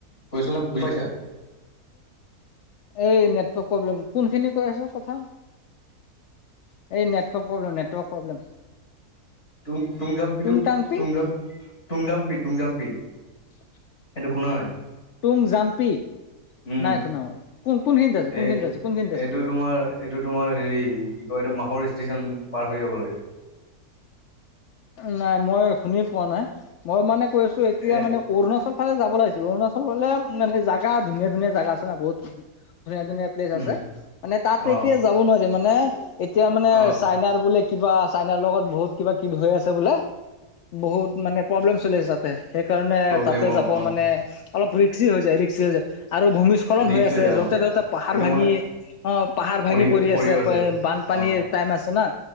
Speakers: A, on the left; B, on the left.
A: কৈছে বুজি পাইছা <unintelligible>
B: এই নেটৱৰ্ক প্ৰব্লেম কোনখিনি কৈ আছ কথা
A: <inaudible>
B: এই নেটৱৰ্ক প্ৰব্লেম নেটৱৰ্ক প্ৰব্লেম
A: তু তুং জাম্পিটোক
B: টুং টাংপিং
A: তুং তুং জাম্পি তুং জাম্পি
B: <inaudible>
A: সেইটো শুনা নাই
B: তুং জাম্পি
A: উম,
B: নাই শুনা মই কোন কোন খিনিত আছে কোনখিনিত
A: এই
B: আছে কোনখিনিত আছে।
A: এইটো তোমাৰ এইটো তোমাৰ হেৰি কি কয় এইটো মাহৰ ষ্টেচন পাৰ হৈ যাব লাগে।
B: নাই মই শুনি পোৱা নাই মই মানে কৈ আছো এতিয়া
A: এ
B: মানে অৰুণাচল ফালে যাব লাগিছিল অৰুণাচল ফালে মানে জেগা ধুনীয়া ধুনীয়া জাগা আছে না বহুত ধুনীয়া ধুনীয়া প্লেচ
A: উম,
B: আছে মানে তাত
A: অ',
B: এতিয়া যাব নোৱাৰি মানে এতিয়া মানে
A: অ',
B: চাইনাৰ বুলে কিবা চাইনাৰ লগত বহুত কিবা কিবি হৈ আছে বোলে বহুত মানে প্ৰব্লেম চলি আছে তাতে সেইকাৰণে
A: প্ৰব্লেম
B: তাতে
A: অ',
B: যাব
A: অ',
B: মানে অলপ ৰিক্সি হৈ যায় ৰিক্সি হৈ যায় আৰু ভূমিস্খলন
A: ৰিক্স
B: হৈ আছে
A: যায়
B: য'তে
A: অ',
B: ত'তে পাহাৰ
A: এইটো
B: ভাঙি
A: মানে
B: অ' পাহাৰ
A: পঢ়ি
B: ভাঙি পৰি
A: পঢ়িও
B: আছে বানপানীৰ
A: অ
B: টাইম আছে না